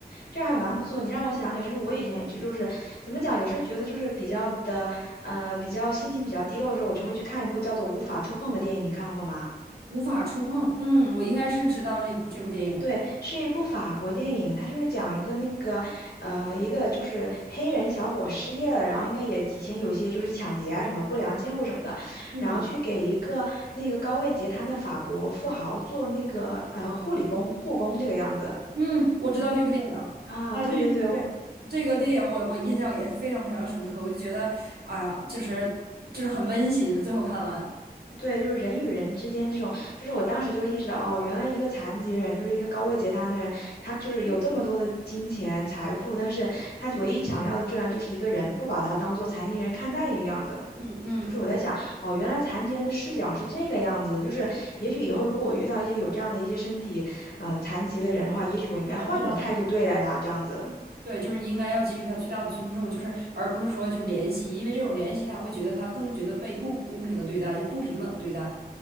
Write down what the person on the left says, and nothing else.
这还蛮不错。你让我想起来，就是我以前也就就是怎么讲，有时候觉得就是比较的呃，比较心情比较低落的时候，我就会去看一部叫做《无法触碰》的电影，你看过吗？
对，是一部法国电影，它就是讲一个那个，呃，一个就是黑人小伙失业了，然后应该也以前有一些就是抢劫啊什么不良记录什么的，
然后去给一个那个高位截瘫的法国富豪做那个呃护理工护工这个样子
啊，
对对对，
我
对就是人与人之间这种，就是我当时就意识到哦，原来一个残疾人就是一个高位截瘫的人，他就是有这么多的金钱财富，但是他唯一想要的居然就是一个人不把他当做残疾人看待这个样子。
就是我在想，哦，原来残疾人的视角是这个样子的。就是也许以后如果我遇到一些有这样的一些身体，嗯、残疾的人的话，也许我应该换一种态度对待他，
这样子。